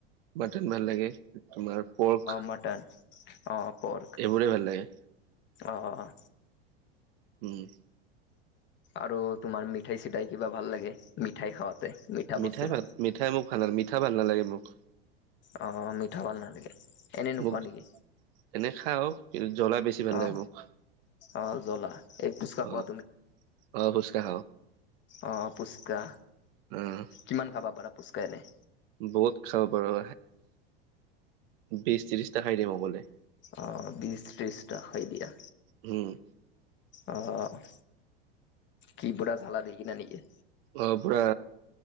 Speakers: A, on the right (about 65°); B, on the left (about 35°).
A: মাটন ভাল লাগে, তোমাৰ পৰ্ক।
B: মটন, অঁ' প'ৰ্ক,
A: এইবোৰে ভাল লাগে
B: অঁ'।
A: উম।
B: আৰু তোমাৰ মিঠাই চিঠাই, কিবা ভাল লাগে, মিঠাই খাওঁতে, মিঠা
A: মিঠাই
B: বস্তু।
A: ভাল মিঠাই মোক ভাল, মিঠা ভাল নালাগে মোক।
B: অ ', মিঠা ভাল নালাগে। এনে নোখোৱা
A: মোক,
B: নেকি
A: এনে খাওঁ আৰু। কিন্তু, জলা বেছি ভাল
B: অ
A: লাগে মোক,
B: অ জ্বলা এই ফুচকা
A: অ'।
B: খোৱা
A: অ', পুচকা।
B: অঁ, পুচকা।
A: উম।
B: কিমান খাবা পাৰা, পুচকা এনে?
A: বহুত খাব পাৰোঁ, বিশ ত্ৰিশটা খাই দিম অকলে।
B: অ', বিশ ত্ৰিশটা হয়, দিয়া।
A: উম।
B: অ', কি পুৰা জালা দি কিনে নেকি?
A: অ', পুৰা।